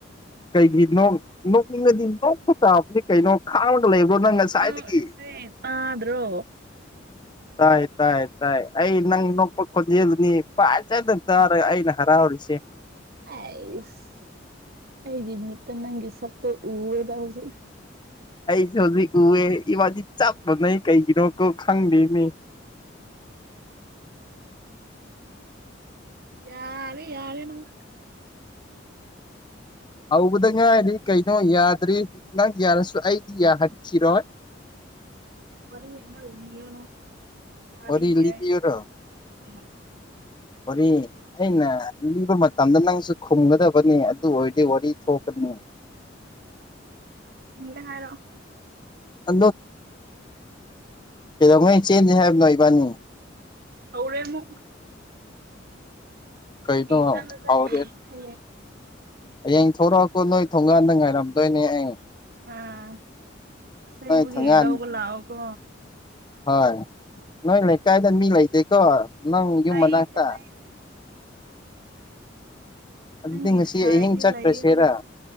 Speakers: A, on the left; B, on the right.
A: ꯀꯩꯒꯤ ꯅꯣꯛ ꯅꯣꯛꯅꯤꯡꯉꯗꯤ ꯅꯣꯛꯄ ꯇꯥꯕꯅꯤ ꯀꯩꯅꯣ ꯈꯉꯥꯒꯥ ꯂꯩꯕ꯭ꯔꯣ ꯅꯪ ꯉꯁꯥꯏꯗꯒꯤ
B: ꯅꯣꯛꯔꯤꯁꯦ ꯇꯥꯗ꯭ꯔꯣ
A: ꯇꯥꯏ ꯇꯥꯏ ꯇꯥꯏ ꯑꯩ ꯅꯪ ꯅꯣꯛꯄ ꯈꯣꯟꯖꯦꯜꯗꯨꯅꯤ ꯐꯠꯖꯅꯥ ꯇꯥꯔꯒ ꯑꯩꯅ ꯍꯔꯥꯎꯔꯤꯁꯦ
B: ꯑꯩꯁ ꯑꯩꯒꯤ ꯃꯤꯠꯇ ꯅꯪꯒꯤ ꯁꯛꯇꯣ ꯎꯔꯦꯕ ꯍꯧꯖꯤꯛ
A: ꯑꯩꯁꯨ ꯍꯧꯖꯤꯛ ꯎꯑꯦ ꯏꯕꯥꯗꯤ ꯆꯥꯛꯄ ꯅꯩ ꯀꯩꯒꯤꯅꯣꯣ ꯈꯪꯗꯦꯅꯤ
B: ꯌꯥꯔꯦ ꯌꯥꯔꯦ ꯅꯪ
A: ꯍꯧꯕꯗ ꯉꯥꯏꯔꯤ ꯀꯩꯅꯣ ꯌꯥꯗ꯭ꯔꯤ ꯅꯪ ꯌꯥꯔꯁꯨ ꯑꯩꯗꯤ ꯌꯥꯍꯕꯤꯈꯤꯔꯣꯏ
B: ꯃꯔꯤꯃ ꯌꯅꯣ ꯇꯕꯤꯒ
A: ꯋꯥꯔꯤ ꯂꯤꯕꯤꯌꯨꯔꯣ
B: ꯑ
A: ꯋꯥꯔꯤ ꯑꯩꯅ ꯂꯤꯕ ꯃꯇꯝꯗ ꯅꯪꯁꯨ ꯈꯨꯝꯒꯗꯕꯅꯤ ꯑꯗꯨ ꯑꯣꯏꯔꯗꯤ ꯋꯥꯔꯤ ꯊꯣꯛꯀꯅꯤ
B: ꯏ ꯍꯥꯏꯔꯣ
A: ꯑ ꯀꯩꯗꯧꯉꯩ ꯆꯦꯟꯗꯦ ꯍꯥꯏꯕꯅꯣ ꯏꯕꯥꯅꯤ
B: ꯍꯧꯧꯔꯦꯃꯨ
A: ꯀꯩꯅꯣ
B: ꯌꯦ ꯆꯥꯟꯂꯁ
A: ꯍꯥꯎꯔꯦ
B: ꯍꯥꯏ ꯍ
A: ꯍꯌꯦꯡ ꯊꯂꯛꯑꯀꯣ ꯅꯣꯏ ꯊꯣꯡꯒꯥꯟꯗ ꯉꯥꯏꯔꯝꯗꯣꯏꯅꯦ ꯍꯌꯦ
B: ꯑꯥ ꯑꯁꯦꯡꯕꯒꯤ
A: ꯅꯣꯏ ꯊꯣꯡꯒꯥꯟ
B: ꯂꯧꯕ ꯂꯥꯛꯑꯣꯀꯣ
A: ꯍꯣꯏ ꯅꯣꯏ ꯂꯩꯀꯥꯏꯗ ꯃꯤ ꯂꯩꯇꯦꯀꯣ ꯅꯪ ꯌꯨꯝ
B: ꯂꯩꯇꯦ
A: ꯃꯅꯥꯛꯇ
B: ꯂꯩꯇꯦ
A: ꯑꯗꯨꯗꯤ
B: ꯅꯪꯒꯤ
A: ꯉꯁꯤ
B: ꯁꯥꯏꯗꯤ
A: ꯑꯍꯤꯡ ꯆꯠꯈ꯭ꯔꯁꯦꯔ
B: ꯂꯩꯌꯦ ꯑꯃ